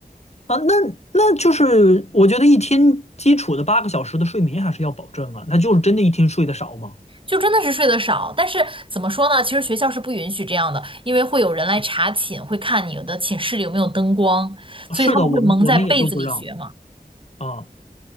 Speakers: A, on the left; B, on the right.
A: 啊，那那就是我觉得一天基础的八个小时的睡眠还是要保证啊，那就是真的一天睡得少吗？
B: 就真的是睡得少，但是怎么说呢？其实学校是不允许这样的，因为会有人来查寝，会看你的寝室里有没有灯光，
A: 啊是的，
B: 所以他们会蒙在被子里学嘛。
A: 我们我们也都不让。啊，